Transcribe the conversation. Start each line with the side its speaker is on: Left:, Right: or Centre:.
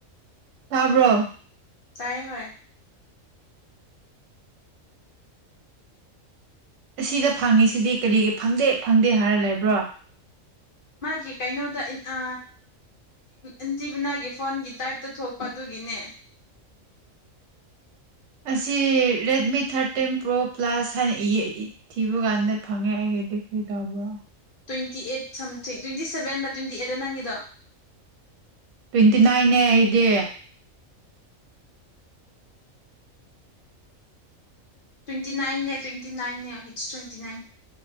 Right: ꯊꯥꯕ꯭ꯔꯣ
Left: ꯇꯥꯏ ꯍ
Right: ꯑꯁꯤꯗ ꯐꯪꯉꯤꯁꯤꯗꯤ ꯀꯔꯤꯒꯤ ꯐꯪꯗꯦ ꯐꯪꯗꯦ ꯍꯥꯏꯔ ꯂꯩꯕ꯭ꯔꯣ
Left: ꯃꯥꯒꯤ ꯀꯩꯅꯣꯗꯟꯇ ꯑꯟꯇꯤꯕꯤꯅꯥꯒꯤ ꯐꯣꯟꯒꯤ ꯇꯥꯏꯞꯇ ꯊꯣꯛꯄ ꯑꯗꯨꯒꯤꯅꯦ
Right: ꯑꯁꯤ ꯔꯦꯃꯤ ꯊꯔꯇꯤꯟ ꯄ꯭ꯔꯣ ꯄ꯭ꯂꯁ ꯏ ꯊ ꯀꯕꯨ ꯀꯥꯟꯗꯩ ꯐꯪꯉꯦ ꯑꯩꯒꯤꯗꯤ ꯀ꯭ꯔꯤ ꯇꯧꯕ꯭ꯔꯣ
Left: ꯇ꯭ꯋꯦꯟꯇꯤ ꯑꯩꯠ ꯁꯝ ꯇ꯭ꯋꯦꯟꯇꯤ ꯁꯚꯦꯟꯗ ꯇ꯭ꯋꯦꯟꯇꯤ ꯑꯩꯠꯇ ꯅꯪꯒꯤꯗꯣ
Right: ꯇ꯭ꯋꯦꯟꯇꯤ ꯅꯥꯏꯟꯅꯦ ꯑꯩꯗꯤ
Left: ꯇ꯭ꯋꯦꯟꯇꯤ ꯅꯥꯏꯟꯅꯦ ꯇ꯭ꯋꯦꯟꯇꯤ ꯅꯥꯏꯟꯅ ꯍꯤꯠꯁ ꯇ꯭ꯋꯦꯟꯇꯤ ꯅꯥꯏꯟ